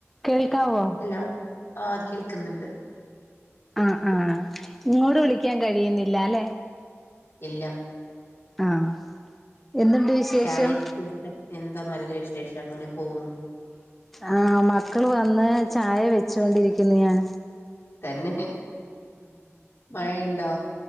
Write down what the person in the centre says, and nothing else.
കേൾക്കാവോ?
ആഹ് ആഹ് ഇങ്ങോട്ടു വിളിക്കാൻ കഴിയുന്നില്ല ല്ലേ
ആഹ് എന്തുണ്ട് വിശേഷം
ആഹ് മക്കള് വന്ന് ചായ യോയിച്ചോണ്ട് രിക്കുന്നു ഞാൻ